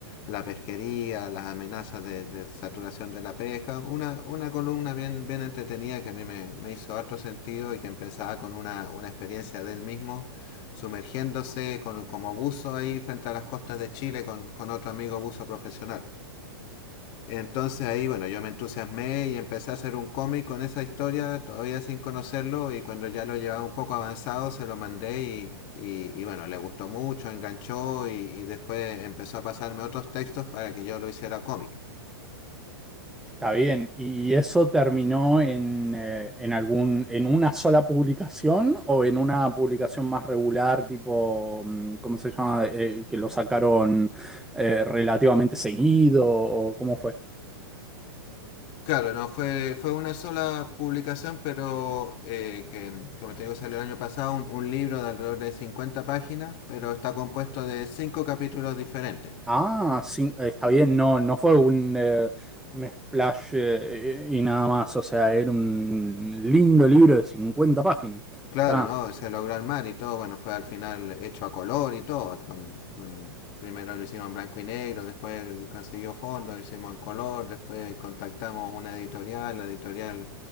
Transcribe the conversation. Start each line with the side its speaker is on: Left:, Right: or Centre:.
Left: la pesquería, las amenazas de, de saturación de la pesca. Una, una columna bien, bien entretenida que a mí me, me hizo harto sentido y que empezaba con una, una experiencia del mismo sumergiéndose con, como buzo ahí frente a las costas de Chile con, con otro amigo buzo profesional. Entonces ahí, bueno, yo me entusiasmé y empecé a hacer un cómic con esa historia, todavía sin conocerlo, y cuando ya lo llevaba un poco avanzado se lo mandé y, y, y bueno, le gustó mucho, enganchó y, y después empezó a pasarme otros textos para que yo lo hiciera cómic.
Centre: Está bien, ¿y eso terminó en, eh, en algún, en una sola publicación o en una publicación más regular, tipo, mm, ¿cómo se llama? Eh, que lo sacaron eh, relativamente seguido o cómo fue?
Left: Claro, no fue, fue una sola publicación, pero eh, que, como te digo, salió el año pasado un, un libro de alrededor de 50 páginas, pero está compuesto de cinco capítulos diferentes.
Centre: Ah, sí, está bien, no, no fue un, eh, un splash eh, y nada más, o sea, era un lindo libro de 50 páginas.
Left: Claro,
Centre: Está,
Left: ¿no? Se logró armar y todo, bueno, fue al final hecho a color y todo. Con, con- primero lo hicimos en blanco y negro, después consiguió fondos, lo hicimos en color, después contactamos una editorial, la editorial